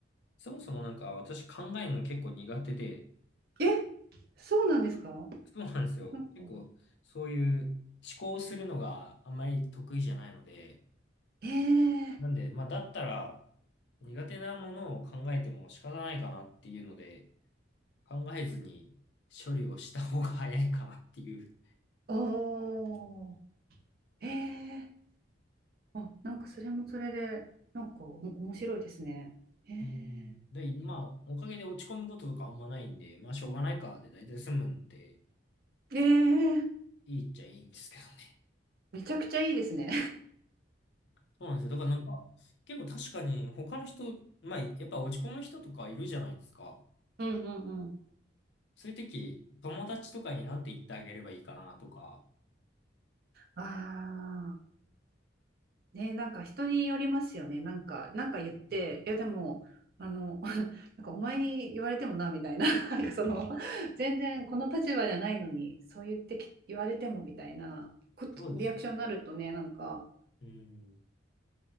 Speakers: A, on the left (about 70°); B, on the right (about 55°).
A: そもそもなんか私考えるの結構苦手で、
B: え、そうなんですか
A: そうなんですよ。
B: なんか、
A: 結構そういう思考するのがあんまり得意じゃないので、
B: えー、
A: なんで、まあだったら、苦手なものを考えても仕方ないかなっていうので、考えずに処理をした方が早いかなっていう。
B: おー、えー、あ、なんかそれもそれでなんかお面白いですね。えー、
A: うん。で、まあ、おかげで落ち込むこととかあんまないんで、まあ、しょうがないかで大体済むんで、
B: えー、
A: いいっちゃいいんですけどね。
B: めちゃくちゃいいですね。
A: <laughs> そうなんですよ。だからなんか、結構確かに他の人、まあ、やっぱ落ち込む人とかいるじゃないですか。
B: <laughs> うんうんうん。
A: そういう時、友達とかになんて言ってあげればいいかなとか。
B: ああ。ね、なんか人によりますよね。なんか、なんか言って、
A: うん
B: いやでも、あの、<laughs> なんかお前に言われてもな、みたいな、<laughs> なんかその、<laughs> 全然この立場じゃないのに、そう言ってき、言われてもみたいなこと、
A: そうですよ。
B: リアクションになるとね、なんか、
A: うん。